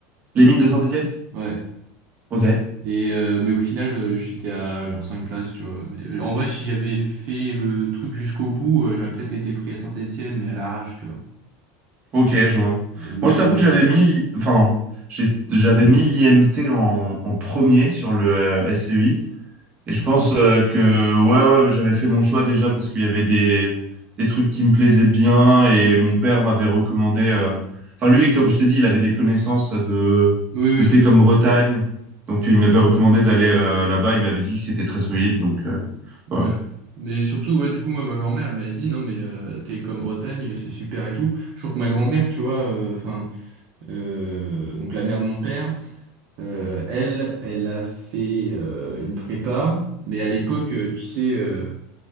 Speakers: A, on the right (about 25°); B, on the right (about 45°).
A: Les mines de Saint-Étienne?
B: Ouais.
A: Ok.
B: Et euh, mais au final, euh, j'étais à genre 5 places, tu vois. Mais, euh, en vrai, si j'avais fait le truc jusqu'au bout, euh, j'aurais peut-être été pris à Saint-Étienne, mais à l'arrache, tu vois.
A: Ok, je vois.
B: Euh, mais
A: Moi, je t'avoue
B: bon.
A: que j'avais mis, enfin, j'ai- j'avais mis l'IMT en, en premier sur le euh, SCI. Et je
B: Ouais.
A: pense euh, que, ouais, ouais, j'avais fait mon choix déjà parce qu'il y avait des, des trucs qui me plaisaient bien et mon père m'avait recommandé. euh, Enfin, lui, comme je t'ai dit, il avait des connaissances de,
B: Oui, oui.
A: de thé comme Bretagne. Donc, il m'avait recommandé d'aller euh, là-bas. Il m'avait dit que c'était très solide. Donc, euh, voilà.
B: ouais. Mais surtout, ouais, du coup, moi, ma grand-mère, elle m'a dit, non, mais euh, t'es comme Bretagne, c'est super et tout. Je trouve que ma grand-mère, tu vois, euh, enfin, euh, donc la mère de mon père, euh, elle, elle a fait euh, une prépa, mais à l'époque, euh, tu sais. euh,